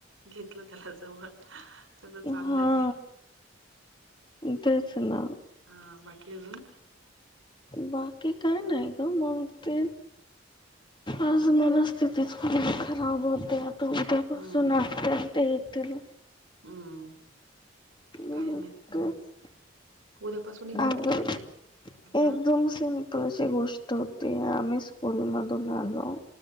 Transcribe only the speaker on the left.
हा तेच ना.
बाकी काय नाही गं, मग ते आज मला. स्थिती खूप खराब होते. आता उद्यापासून
ते आत्या तेन येतील.
हम्म,
तेच.
अगं
एकदम
<unintelligible> गोष्ट होती आम्ही स्कूलमधून आलो.